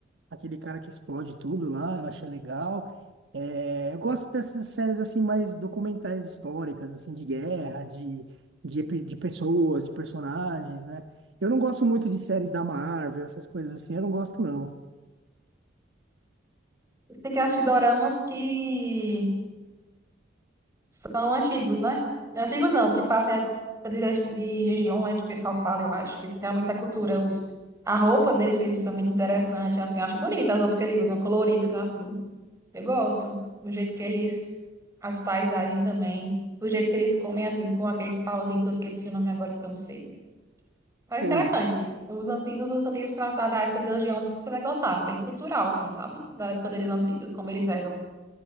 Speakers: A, on the right; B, on the right.
A: aquele cara que explode tudo lá, eu achei legal. É, eu gosto dessas séries assim, mais documentais históricas, assim, de guerra, de, de, epi- de pessoas, de personagens, né? Eu não gosto muito de séries da Marvel, essas coisas assim, eu não gosto, não.
B: Tem que assistir doramas que são antigos, né? Antigos não, que passam a época de, Je- de Jejeon, é que o pessoal fala, eu acho, que tem muita cultura, os, a roupa deles que eles usam é muito interessante, assim, eu acho bonita as roupas que eles usam, coloridas, assim. Eu gosto do jeito que eles, as paisagens também, do jeito que eles comem assim, com aqueles pauzinhos que eu esqueci o nome agora que eu não sei. Mas é
A: <laughs>
B: interessante. Os antigos, os antigos da da época dos hoje, em você vai gostar, bem cultural, assim, sabe? Da época deles antigos, como eles eram.